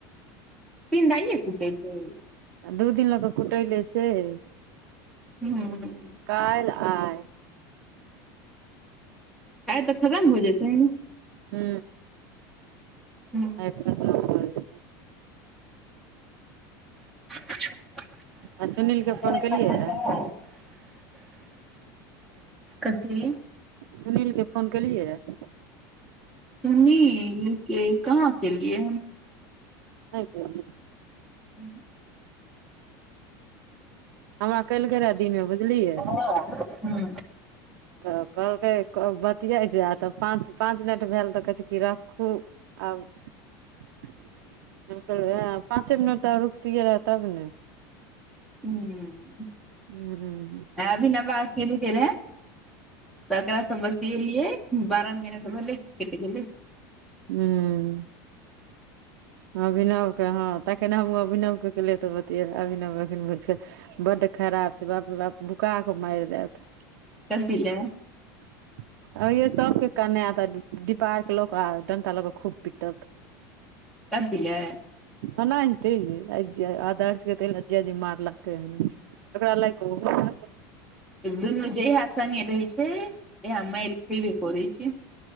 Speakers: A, in the centre; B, on the right.
A: पिनाइये कुटै छै।
B: आ दू दिन लऽक कुटैले सेहे।
A: हू
B: काल्हि आइ
A: एतऽ खतम हो जेतेन।
B: हु
A: हूँ
B: आय खतम भऽ जेते।
A: <unintelligible>
B: आ सुनील के फोन केलियै रहे
A: कथी?
B: सुनीलके फोन केलियै यऽ?
A: सुनील के कहाँ केलियै हम
B: नै केलयै।
A: ह
B: हमरा कयलके रहए दिनमे बुझलियै
A: <unintelligible> हँ।
B: तऽ कहलकै बतियै छे तऽ पाँच-पाँच मिनट भेल तऽ कहै छै कि रखू आब हम कलियै आ पाँचे मिनट तऽ रुइकतियै आर तब ने
A: हूँ
B: हूँ
A: अभीना ब किलु के रहे त ओकारा स बतएलियै बारह मिनट भेलै कैट गेलै।
B: हू। अभिनव के हँ ताक ने हमहूँ अभिनव के केलियै तऽ बतिये अभिनव अखन बुझ गेल बड खराब छै बापे बाप भूकाक मारि देत
A: कथि लऽ।
B: <inaudible> अइये सबके कने तऽ डिबार के लोक डंटा लक खूब पिटत
A: कथी ले।
B: आनाईते अहिछै अदार्श के भेल जीआजी मारलक ओहि मे ओकरा लइफ मे
A: दुनू जहिया सगे रहै छै तैहा मार खेबे करै छै।